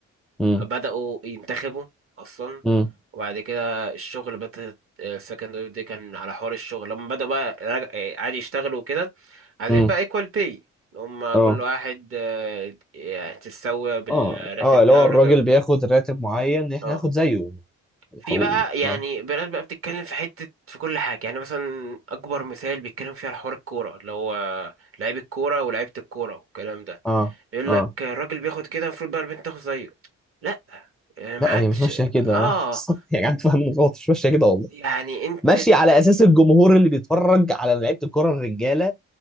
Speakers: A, in the centre; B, on the right.
A: مم،
B: بدأوا ينتخبوا أصلا
A: مم،
B: وبعد كده الشغل بدأت السكند ويف دي كان على حوار الشغل لما بدأوا بقى رج- آه، عادي يشتغلوا وكده عايزين
A: مم.
B: بقى equal pay اللي هم
A: اه
B: كل واحد آه، يعني تتساوي بالراتب
A: اه اه اللي
B: ده
A: هو
B: والراتب
A: الراجل بياخد راتب معين احنا
B: اه
A: ناخد زيه الحقوقي
B: في بقى يعني
A: اه
B: بلاد بقى بتتكلم في حتة في كل حاجة يعني مثلا أكبر مثال بيتكلم فيه على حوار الكورة اللي هو لعيب الكورة ولعيبة الكورة والكلام ده
A: اه
B: يقول
A: اه
B: لك الراجل بياخد كده المفروض بقى البنت تاخد زيه لا يعني محدش
A: لا هي مش ماشيه كده
B: اه
A: <laughs> يا جدعان تفهموا غلط مش ماشيه كده والله
B: يعني انت
A: ماشيه على اساس الجمهور اللي بيتفرج على لعيبه الكره الرجاله